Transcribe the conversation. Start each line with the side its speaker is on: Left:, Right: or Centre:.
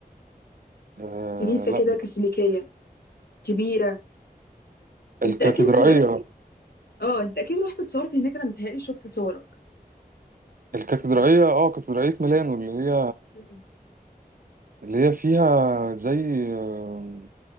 Right: آه
Left: كنيسه
Right: لا
Left: كده كاثوليكيه كبيره
Right: الكاتدرائية
Left: انت اكيد خلالك اه انت اكيد رحت اتصورت هناك انا متهيألي شفت صورك
Right: الكاتدرائية اه كاتدرائية ميلانو اللي هي
Left: مم.
Right: اللي هي فيها زي آه،